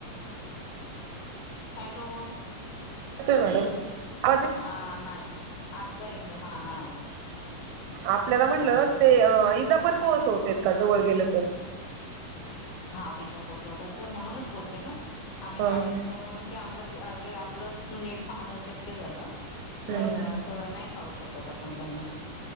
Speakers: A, on the left; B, on the right.
A: हॅलो
B: येतोय मॅडम आवाज
A: हा नाही आत ता येतोय हा हा
B: आपल्याला म्हणलं ते इजा पण पोहोचवतेत का जवळ गेलं तर
A: हा विजा पोहोचवतात तर म्हणूनच बोलते ना आम्ही
B: हा
A: गाडीत
B: हा हम्म
A: होतो म्हणून ते आम्हांला जे आपलं नीट पाहण शक्य झालं नाहीतर
B: हम्म
A: असं नाही पाहू शकत. कत आपण त्यांना